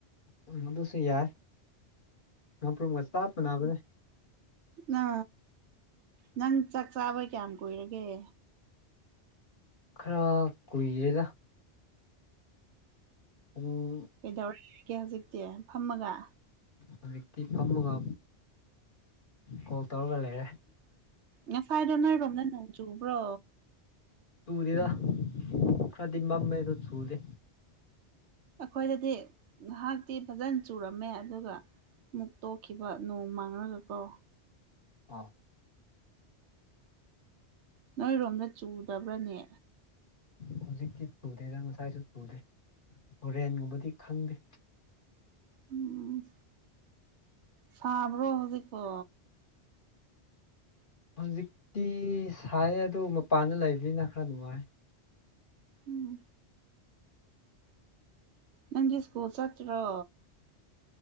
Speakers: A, on the left; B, on the right.
A: ꯎꯝ ꯑꯗꯨꯁꯨ ꯌꯥꯏ ꯉꯥꯄ꯭ꯔꯨꯝꯒ ꯆꯥꯞ ꯃꯥꯟꯅꯕꯅꯦ
B: ꯅ꯫ ꯅꯪ ꯆꯥꯛ ꯆꯥꯕꯥ ꯀꯌꯥꯝ ꯀꯨꯏꯔꯒꯦ
A: ꯈꯔ ꯀꯨꯢꯔꯦꯗ ꯎꯝ
B: ꯀꯩꯗꯧꯔꯤꯒꯦ ꯍꯧꯖꯤꯛꯇꯤ ꯐꯝꯃꯒ
A: ꯍꯧꯖꯤꯛꯇꯤ ꯐꯝꯃꯒ ꯀꯣꯜ ꯇꯧꯔꯒ ꯂꯩꯔꯦ
B: ꯉꯁꯥꯢꯗꯣ ꯅꯣꯢꯔꯣꯝꯗ ꯅꯣꯡ ꯆꯨꯕ꯭ꯔꯣ
A: ꯆꯨꯗꯦꯗ ꯈꯔꯗꯤ ꯃꯝꯃꯦꯗꯣ ꯆꯨꯗꯦ
B: ꯑꯩꯈꯣꯏꯗꯗꯤ ꯉꯥꯏꯍꯥꯛꯇꯤ ꯐꯖꯅ ꯆꯨꯔꯝꯃꯦ ꯑꯗꯨꯒ ꯃꯨꯛ ꯇꯣꯛꯈꯤꯕ ꯅꯣꯡ ꯃꯥꯡꯂꯒ ꯀꯣ
A: ꯑꯣ
B: ꯅꯣꯏꯔꯣꯝꯗ ꯆꯨꯗꯕ꯭ꯔꯅꯦ
A: ꯍꯧꯖꯤꯛꯇꯤ ꯆꯨꯗꯦꯗ ꯉꯁꯥꯏꯁꯨ ꯆꯨꯗꯦ ꯍꯣꯔꯦꯟꯒꯨꯝꯕꯗꯤ ꯈꯪꯗꯦ
B: ꯎꯝ ꯁꯥꯕ꯭ꯔꯣ ꯍꯧꯖꯤꯛꯕꯣ
A: ꯍꯧꯖꯤꯛꯇꯤ ꯁꯥꯏꯌꯦ ꯑꯗꯨ ꯃꯄꯥꯟꯗ ꯂꯩꯕꯅꯤꯅ ꯈꯔ ꯅꯨꯡꯉꯥꯏ
B: ꯎꯝ ꯅꯪꯒꯤ ꯁ꯭ꯀꯨꯜ ꯆꯠꯇ꯭ꯔꯣ